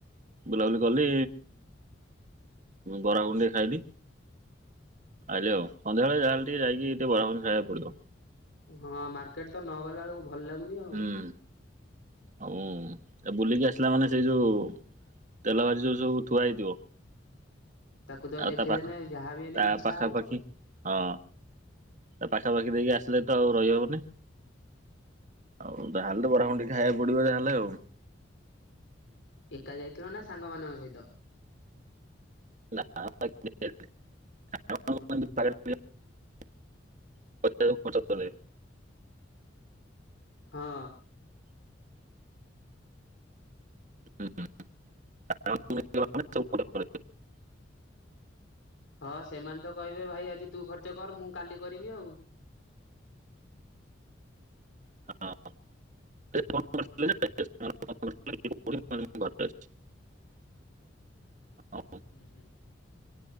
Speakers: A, on the right; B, on the left.
A: ବୁଲାବୁଲି କଲି ବରା ଘୁଗୁନି ଟିକେ ଖାଇଲି। ଆଇଲି ଆଉ। ସନ୍ଧ୍ୟାବେଳେ ଯାହାହେଲେ ଟିକେ ଯାଇକି ବରା ଘୁଗୁନି ଟିକେ ଖାଇବାକୁ ପଡିବ।
B: ହଁ ମାର୍କେଟ ତ ନ ଗଲା ବେଳକୁ ଭଲ ଲାଗୁନି ଆଉ।
A: ହୁଁ ହଉ ଆଉ ବୁଲିକି ଆସିଲା ମାନେ ସେଇ ଯୋଉ ତେଲ ଭାଜିି ଯୋଉ ସବୁ ଥୁଆ ହେଇଥିବ
B: ତାକୁ ତ
A: ଆଉ
B: ଦେଖିଦେଲେ
A: ତା ପାଖ
B: ଯାହାବି ହେଲେ
A: ତା
B: ଇଚ୍ଛା
A: ପାଖାପାଖି
B: ହବ ଆଉ।
A: ହଁ ତା ପାଖାପାଖି ଦେଇକି ଆସିଲେ ତ ଆଉ ରହିହବନି। ଆଉ ତାହେଲେ ତ ବରା ଘୁଗୁନି ଟିକେ ଖାଇବାକୁ ପଡିବ ଯାହେଲେ ଆଉ।
B: ଏକା ଯାଇଥିଲ ନା ସାଙ୍ଗମାନଙ୍କ ସହିତ?
A: ନା ଏକୁଟିଆ ଯାଇଥିଲି ସାଙ୍ଗମାନଙ୍କ <inaudible> ଏମିତି ପାଗ ରେ ଟିକେ। ବସିବାକୁ ମତେ ଭଲ ଲାଗେ।
B: ହଁ।
A: <inaudible> ହୁଁ ସାଙ୍ଗ ମାନେ ମିଶିକି। <inaudible>
B: ହଁ ସେମାନେ ତ କହିବେ ଭାଇ ଆଜି ତୁ ଖର୍ଚ୍ଚ କର ମୁଁ କାଲି କରିମି ଆଉ।
A: ହଁ ଏ ଫୋନ କରିଥିଲେ ଯେ। ଏ ସାଙ୍ଗ ମାନେ ଫୋନ କରିଥିଲେ କହିଲେ କଉଠି ମୁଁ କହିଲି ମୁଁ ଘରେ ଅଛି
B: ହୁଁ ହୁଁ।